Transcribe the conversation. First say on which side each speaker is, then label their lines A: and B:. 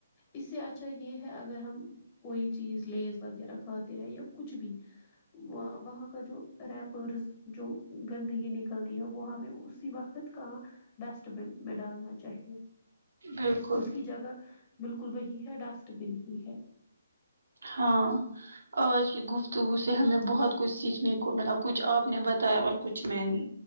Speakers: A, on the left; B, on the right.
A: اس سے اچھا یہ ہے اگر ہم کوئی چیز لیز وغیرہ کھاتے ہیں یا کچھ بھی وہاں کا جو ریپرز جو گندگی نکلتی ہے وہ ہمیں اسی وقت کا ڈسٹ بین میں ڈالنا چاہیے
B: بالکل
A: اس کی جگہ بالکل وہی ہے ڈسٹ بن ہی ہے
B: ہاں آج کی گفتگو سے ہمیں بہت کچھ سیکھنے کو ملا کچھ آ پ نے بتایا اور کچھ میں نے